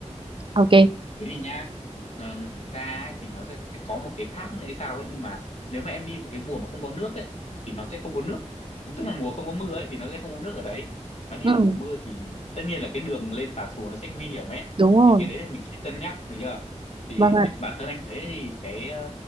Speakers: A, on the right; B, on the left.
A: ok
B: thế thì nhá ờ, ngoài ra ấy, thì nó sẽ có một cái thác nữa hay sao ấy nhưng mà nếu mà em đi vào cái mùa mà không có nước ấy thì nó sẽ không có nước tức là mùa không có mưa ấy thì nó sẽ không có nước ở đấy mà đi
A: ừ,
B: vào mùa mưa thì tất nhiên là cái đường lên tà xùa nó sẽ nguy hiểm ấy
A: đúng rồi
B: thì cái đấy thì mình sẽ cân nhắc được chưa thì
A: vâng ạ
B: bản thân anh thấy thì cái ờ,